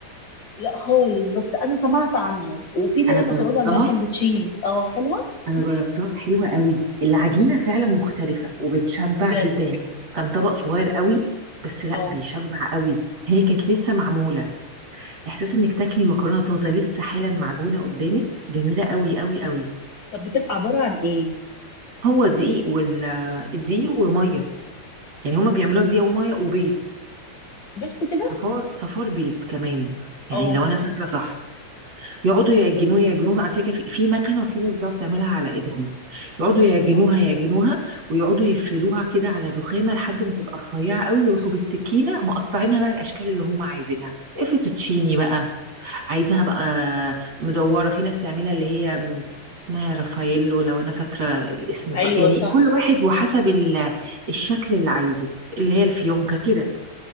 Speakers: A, on the left; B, on the right.
A: لا خالص بس انا سمعت عنها وفي اللي
B: انا
A: هي مكرونه
B: جربتها
A: الماكاندتشيز اه حلوه
B: انا جربتها حلوه قوي العجينه فعلا مختلفه وبتشبع
A: بجد
B: جدا يعني كان طبق صغير قوي بس لا
A: اه
B: بيشبع قوي هي كانت لسه معموله احساس انك تاكلي مكرونه طازه لسه حالا معجونه قدامك جميله قوي قوي قوي
A: طب بتبقى عباره عن ايه
B: هو دقيق وال الدقيق وميه يعني هما بيعملوها بدقيق وميه وبيض
A: بس كده
B: صفار صفار بيض كمان يعني
A: اه
B: لو انا فاكره صح يقعدوا يعجنوه يعجنوه على فكره في في مكنه وفي ناس بتقعد تعملها على ايدهم يقعدوا يعجنوها
A: اه
B: يعجنوها ويقعدوا يفردوها كده على الرخامه لحد ما تبقى رفيعه قوي يروحوا بالسكينه مقطعينها بقى الاشكال اللي هم عايزينها إيه فيتوتشيني بقى عايزاها بقى مدوره في ناس تعملها اللي هي م- اسمها رافاييلو لو انا فاكره الاسم صح
A: ايوه
B: يعني
A: صح
B: كل واحد وحسب ال- الشكل اللي عايزه اللي هي الفيونكه كده